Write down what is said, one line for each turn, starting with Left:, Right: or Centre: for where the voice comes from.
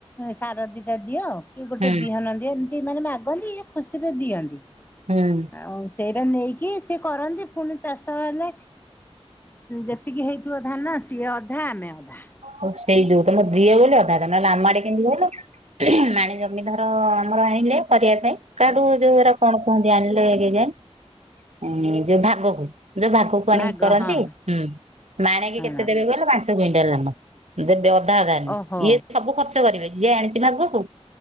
Left: ସାର ଦିଟା ଦିଅ, କି ଗୋଟେ
Right: ହୁଁ।
Left: ବିହନ ଦିଅ ତି ମାନେ ମାଗନ୍ତି। ଇଏ ଖୁସିରେ ଦିଅନ୍ତି।
Right: ହୁଁ।
Left: ଆଉ ସେଇରା ନେଇକି କି ସେ କରନ୍ତି ପୁଣି ଚାଷ ହେଲେ ଯେତିକି ହେଇଥିବ ଧାନ ସିଏ ଅଧା ଆମେ ଅଧା।
Right: ହଉ ସେଇ ଯୋଉ ତମର ଦି ବୋଲି ଅଧା। ତମ ନେହେଲେ ଆମ ଆଡେ କେମିତି କହିଲ ମାଣି ଜମି ଧ ଆମର ଆଣିଲେ କରିବା ପାଇଁ କାଡୁ ଯଉରା କଣ କୁହନ୍ତି, ଆଣିଲେ ଏରି ଯା ହୁଁ ଯୋଉ ଭାଗକୁ, ଯୋଉ ଭାଗକୁ ତାକୁ ଆଣିକି
Left: ଭାଗ
Right: କରନ୍ତି।
Left: ହଁ
Right: ହୁଁ ମାଣେକେ
Left: ହଁ
Right: କେତେ ଦେବେ କହିଲ ପାଞ୍ଚଶହ କୁଇଣ୍ଟାଲ ଧାନ। ଦେବେ ଅଧା ଅଧା।
Left: ଓହୋ
Right: ଇଏ ସବୁ ଖର୍ଚ୍ଚ କରିବେ, ଯିଏ ଆଣିଛି ଭାଗକୁ